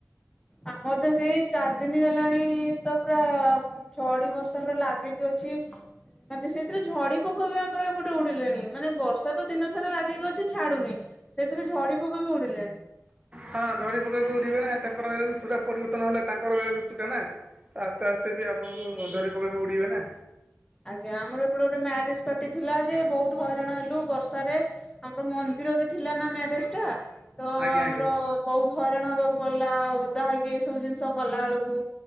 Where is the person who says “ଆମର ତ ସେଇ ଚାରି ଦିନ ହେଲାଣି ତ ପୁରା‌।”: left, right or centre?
Left